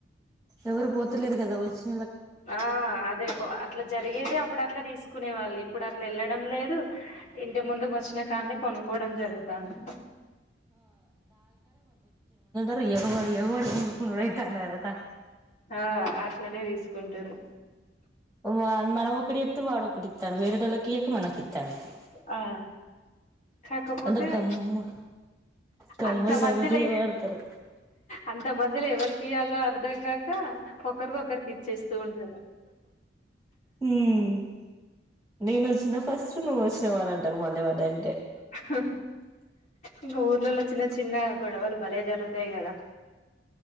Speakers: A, in the centre; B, on the left.
A: ఎవరు పోతలేరు కదా వచ్చిన
B: ఆ అదే కో అట్లా జరిగేది అప్పుడు అట్లా తీసుకునే వాళ్ళు ఇప్పుడు అట్లా వెళ్ళడం లేదు ఇంటి ముందుకు వచ్చిన కానీ కొనుక్కోవడం జరుగుతుంది
A: పుడు ఎవడు ఎవడు ఎగుకుడు ఐతండి అడ త
B: ఆ ఆట్లనే తీస్ కొంటారు
A: వార్ మనమొకటి వాడొకటి ఇస్తాడు వేరటోలకి ఇయక మనకి ఇత్తాండు
B: ఆ కాకపోతే
A: అంత గమ్ము
B: చ్
A: గమ్మత్
B: అంత మందిలో
A: గమ్మత్తుగా
B: ఆహ్
A: పడతారు
B: అంత మందిలో ఎవరికి తీయాల్లో అర్ధం కాక ఒకరికొకరికి ఇచ్చేస్తూ ఉంటారు
A: ఉమ్ నేను వచ్చిన ఫస్ట్ నువ్వు వచ్చినావ రా అంటారు మళ్ళీ డైరెక్ట్
B: ఆహ్ హ్ ఇంక ఊర్లలో చిన్న చిన్న గొడవలు బలే జరుగుతాయి కదా